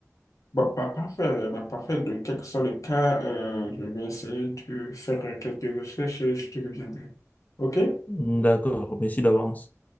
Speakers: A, on the left; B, on the left.
A: Bon, pa- parfait, bah, parfait. De quel que soit le cas, euh, je vais essayer de faire quelques recherches et je te reviendrai. OK?
B: D'accord, merci d'avance.